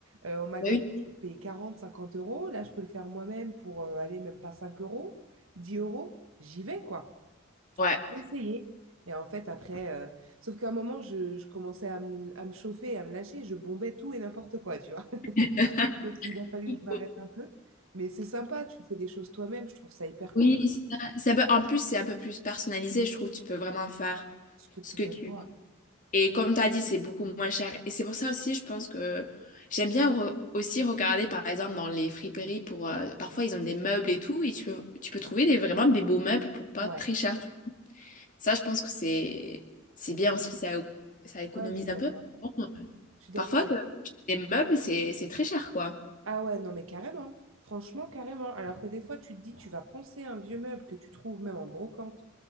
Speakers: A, on the right; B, on the left.
A: Euh, au magasin,
B: oui.
A: je peux payer 40, 50 euros. Là, je peux le faire moi-même pour euh, aller même pas 5 euros, 10 euros. J'y vais, quoi.
B: Ouais.
A: J'ai essayé. Et en fait, après, euh, sauf qu'à un moment, je, je commençais à me, à me chauffer, à me lâcher, je bombais tout et n'importe quoi, tu vois. <laughs>
B: <laughs>
A: Donc, il a fallu
B: Il
A: que je m'arrête un peu. Mais c'est sympa, tu fais des choses toi-même, je trouve ça hyper
B: Oui,
A: cool,
B: c'est ça. Oui, C'est un peu- En plus, c'est un peu plus personnalisé, je trouve. Tu peux vraiment faire
A: ce que tu
B: ce que
A: veux
B: tu
A: toi.
B: veux. Et comme tu as dit, c'est beaucoup moins cher. Et c'est pour ça aussi, je pense que j'aime bien re- aussi regarder, par exemple, dans les friperies pour... euh, Parfois, ils ont des meubles et tout, et tu peux, tu peux trouver des, vraiment des beaux meubles pour pas
A: Ouais,
B: très cher. Ça, je pense que c'est c'est bien aussi, ça, ça économise
A: ouais, je suis
B: un
A: d'accord.
B: peu. Bon,
A: Je suis d'accord.
B: parfois, t'as- les meubles, c'est c'est très cher, quoi.
A: Ah ouais, non, mais carrément. Franchement, carrément. Alors que des fois, tu te dis, tu vas poncer un vieux meuble que tu trouves même en brocante,